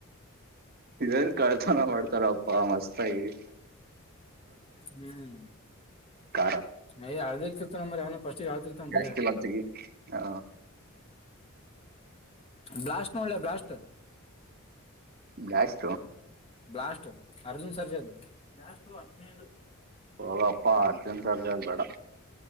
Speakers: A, on the right (about 45°); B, on the left (about 25°).
A: ಏನ್ ಕಳ್ಳರನ ಚನ್ನಾಗಿ ಮಾಡ್ತಾರಪ್ಪಾ ಮಸ್ತಯಗಿ
B: ಹುಂ
A: ಕಾರ
B: ಐ ಅದಕ್ಕೆ ಇರುತೊ ಮರಯ ಅವನು ಫಸ್ಟ್ ಗೆ ಅಳುತೀರ್ಥನ
A: ಬ್ಲಾಸ್ಟ್
B: ಬರೆ
A: ಇಲ್ಲ ತೆಗಿ ಹ
B: ಬ್ಲಾಸ್ಟ್ ತುಂಬಾ ಒಳ್ಳೆವ blast
A: blast
B: blast Arjun Sarja last ಹದಿನೈದು
A: ಹೌದಪ್ಪಾ ಅರ್ಜುನ್ ಸರ್ಜಾನ್ ಬೇಡಾ